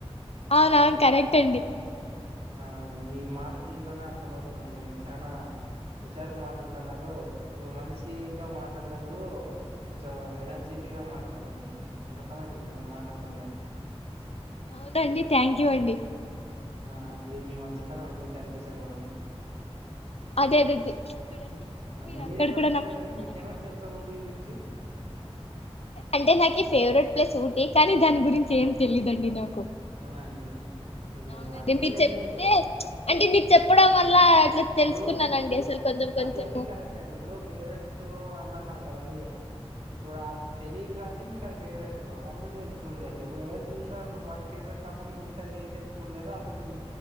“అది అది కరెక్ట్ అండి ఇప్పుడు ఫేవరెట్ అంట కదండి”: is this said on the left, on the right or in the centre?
Right